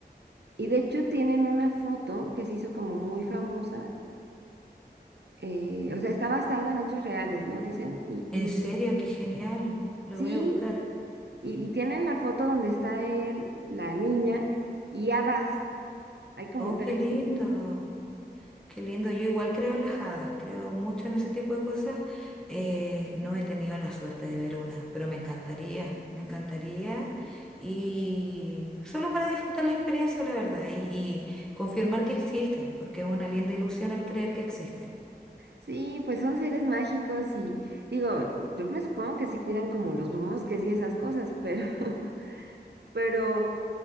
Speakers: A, on the right (about 80°); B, in the centre.
A: y de hecho tienen una foto que se hizo como muy famosa, eh, o sea, está basada en hechos reales, ¿no? Dicen, y,
B: En
A: y
B: serio, qué genial. Lo
A: sí,
B: voy a buscar.
A: y, y tienen la foto donde está él, la niña y hadas, hay como
B: Oh,
A: tres.
B: qué lindo. Qué lindo, yo igual creo en las hadas, creo mucho en ese tipo de cosas. Eh, no he tenido la suerte de ver una, pero me encantaría, me encantaría. Y solo para disfrutar la experiencia, la verdad, y, y confirmar que existen, porque es una linda ilusión al creer que existen.
A: Sí, pues son seres mágicos y digo, yo me supongo que sí cuidan como los bosques y esas cosas, pero, <laughs> pero,